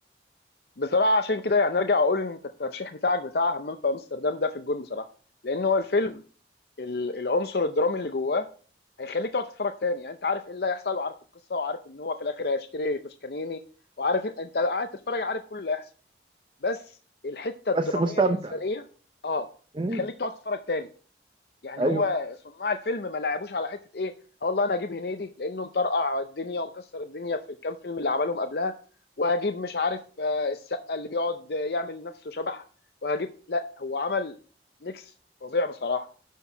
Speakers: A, on the left; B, on the right.
A: بصراحه عشان كده يعني ارجع اقول ان انت الترشيح بتاعك بتاع همام في امستردام ده في الجون بصراحه لان هو الفيلم ال- العنصر الدرامي اللي جواه هيخليك تقعد تتفرج تاني يعني انت عارف ايه اللي هيحصل وعارف القصه وعارف ان هو في الاخر هيشتري توسكانيني وعارف إن- انت قاعد تتفرج عارف كل اللي هيحصل بس الحته الدراميه
B: بس مستمتع
A: الانسانيه اه
B: م-
A: تخليك تقعد تتفرج تاني يعني
B: ايوه
A: هو صناع الفيلم ما لعبوش على حته ايه آه والله انا هجيب هنيدي لانه مطرقع الدنيا ومكسر الدنيا في الكام فيلم اللي عملهم قبلها وهجيب مش عارف آه، السقا اللي بيقعد آه، يعمل نفسه شبح وهجيب لا هو عمل ميكس فظيع بصراحه